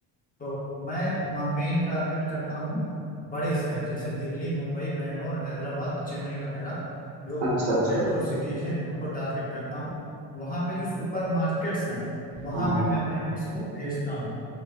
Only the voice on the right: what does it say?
अच्छा अच्छा
हाँ